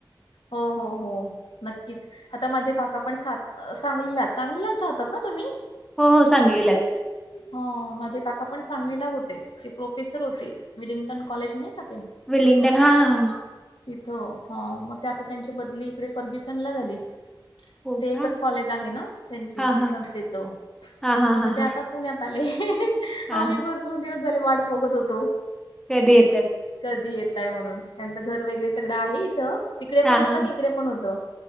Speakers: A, on the left (about 80°); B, in the centre.
A: हो हो हो.. नक्कीच आता माझे काका पण सांग सांगलीलाच राहतात का? तुम्ही.
B: हो हो सांगलीलाच.
A: अ माझे काका पण सांगलीला होते. ते प्रोफेसर होते. विडिंग्टक कॉलेज नाही का? ते.
B: वेलिंग्टन हा ह..
A: तिथं हो, मग ते आता त्यांची बदली इकडे फर्ग्युसन ला झाली.
B: हो
A: ते
B: का
A: एकच कॉलेज आहे ना त्यांची,
B: हा हा
A: संस्थेच
B: हा हा हा
A: मग ते
B: हा
A: आता पुण्यात आलेहः हः.
B: हा
A: आम्ही भरपूर दिवस झाले. वाट बघत होतो.
B: कधी येतात.
A: कधी येतय म्हणून त्यांचं घर वगैरे सगळं आहे इथं. तिकडे
B: हा
A: पण होतं.
B: हा
A: आणि इकडे पण होतं